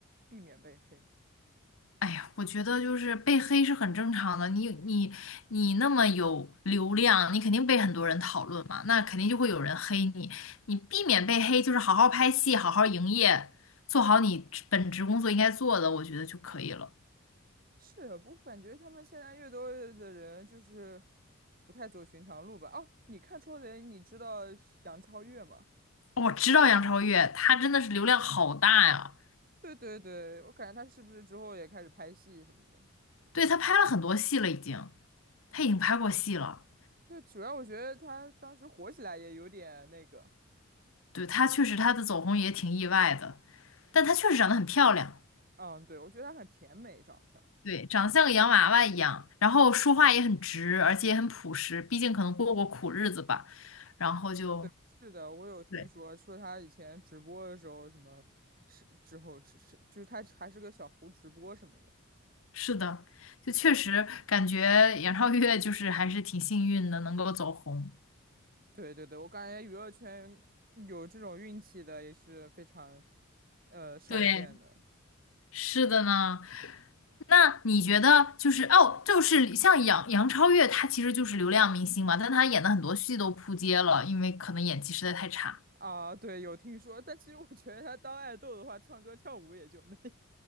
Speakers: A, on the right; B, on the left.
A: 避免被黑？
B: 哎呀，我觉得就是被黑是很正常的。你你你那么有流量，你肯定被很多人讨论嘛，那肯定就会有人黑你。你避免被黑，就是好好拍戏，好好营业，做好你职本职工作应该做的，我觉得就可以了。
A: 是的不过感觉他们现在越多的人就是不太走寻常路吧。哦，你看《超人》，你知道杨超越吗？
B: 哦我知道杨超越，她真的是流量好大呀，
A: 对对对，我感觉她是不是之后也开始拍戏什么的？
B: 对，她拍了很多戏了，已经，她已经拍过戏了。
A: 对，主要我觉得她当时火起来也有点那个，
B: 对，她确实她的走红也挺意外的，但她确实长得很漂亮。
A: 嗯，对，我觉得她很甜美长相。
B: 对，长得像个洋娃娃一样，然后说话也很直，而且也很朴实，毕竟可能过过苦日子吧。然后就，
A: 是的，我有听说，
B: 对，
A: 说他以前直播的时候，什么是之后是是，就是他还是个小胡直播什么的。
B: 是的，就确实感觉杨超越就是还是挺幸运的，能够走红。
A: 对对对，我感觉娱乐圈有这种运气的也是非常呃少见的
B: 对，是的呢。那你觉得就是哦，就是像杨杨超越，她其实就是流量明星嘛，但她演的很多戏都扑街了，因为可能演技实在太差。
A: 啊。对，有听说，但其实我觉得他当爱豆的话，唱歌跳舞也就那样。